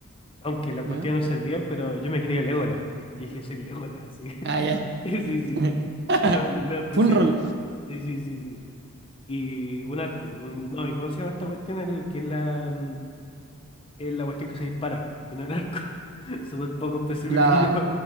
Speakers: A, on the left (about 25°); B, on the right (about 50°).
A: Aunque la
B: ¿Ya?
A: cuestión no servían, pero yo me creía Legolas. Y dije, soy Legolas, así. <laughs>
B: Ah, ya.
A: Sí, sí.
B: <laughs>
A: Pero Medio especial.
B: Full roll.
A: Sí, sí, sí, sí. Y un arco. un- No, ¿y cómo se llama esta cuestión? El que es la, mm, es la cuestión que se dispara, que no es el arco. <laughs> Súper poco específico
B: La,
A: <laughs> yo.